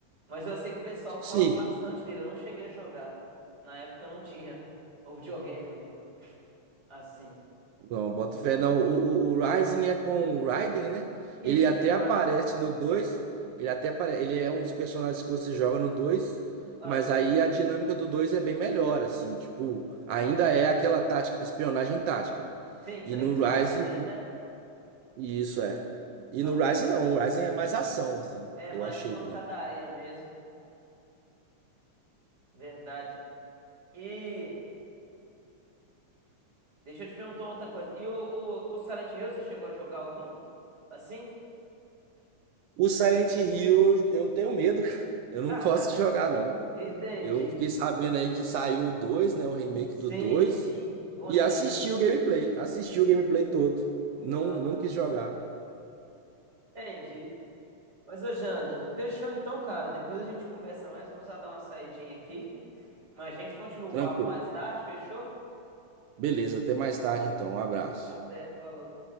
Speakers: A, on the right; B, on the right.
A: Mas eu sei que o pessoal fala
B: Sim,
A: bastante dele, eu não cheguei a jogar. Na época eu não tinha o videogame, não. Assim.
B: não, bota fé, não. O, o, o Rising é com o Raiden, né?
A: Isso,
B: Ele até
A: Conrad.
B: aparece no dois, Ele até apare... ele é um dos personagens que você joga no 2.
A: Ah,
B: Mas aí a dinâmica do 2 é bem melhor, assim. Tipo, ainda é aquela tática, espionagem tática.
A: sim, que
B: E
A: você tem
B: no
A: que esconder,
B: Rising,
A: né?
B: isso é. E
A: Não,
B: no Rising
A: muito.
B: não, o Rising é mais ação, assim.
A: É
B: Eu
A: mais
B: achei,
A: pancadaria
B: pelo
A: mesmo. Verdade. E deixa eu te perguntar outra coisa. E o, o, o Silent Hill, você chegou a jogar algum? Assim?
B: O Silent Hill, eu tenho medo, <laughs> cara. Eu não
A: <laughs>
B: gosto
A: Ha,
B: de jogar, não.
A: entendi.
B: Eu fiquei sabendo aí que saiu o 2, né? O remake do
A: Sim,
B: dois
A: sim, bonito.
B: E assisti o gameplay. Assisti o gameplay todo. Não,
A: Ah,
B: não quis jogar.
A: entendi. Mas, ô Jander, fechou então, cara. Depois a gente conversa mais. Vou precisar dar uma saidinha aqui. Mas a gente continua o
B: Tranquilo.
A: papo mais tarde, fechou?
B: Beleza, até mais tarde então. Um abraço.
A: Até, falou.